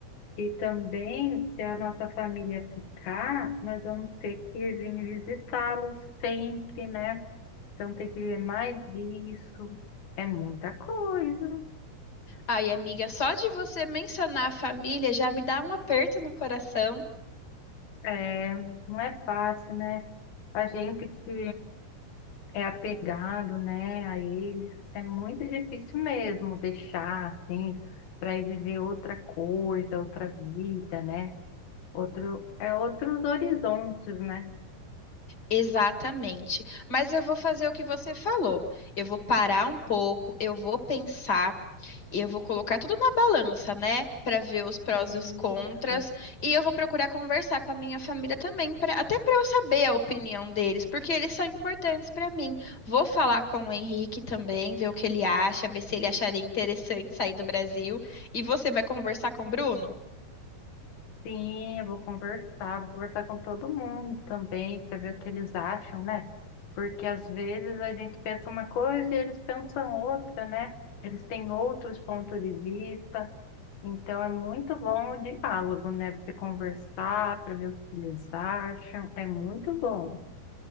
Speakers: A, on the left (about 80°); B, on the left (about 35°).
A: E também, se a nossa família ficar, nós vamos ter que vir visitá-los sempre, né? Então, tem que ver mais disso. É muita coisa.
B: Ai, amiga, só de você mencionar a família já me dá um aperto no coração.
A: É, não é fácil, né? A gente que é apegado, né, a eles, é muito difícil mesmo deixar, assim, para ir viver outra coisa, outra vida, né? Outro, é outros horizontes, né?
B: Exatamente. Mas eu vou fazer o que você falou. Eu vou parar um pouco, eu vou pensar. E eu vou colocar tudo na balança, né? Pra ver os prós
A: Isso.
B: e os contras. E eu vou procurar conversar com a minha família também, pra, até pra eu saber a opinião deles, porque eles são importantes pra mim. Vou falar com o Henrique também, ver o que ele acha, ver se ele acharia interessante sair do Brasil. E você vai conversar com o Bruno?
A: Sim, eu vou conversar, vou conversar com todo mundo também, para ver o que eles acham, né? Porque às vezes a gente pensa uma coisa e eles pensam outra, né? Eles têm outros pontos de vista, então é muito bom o diálogo, né? Você conversar para ver o que eles acham, é muito bom.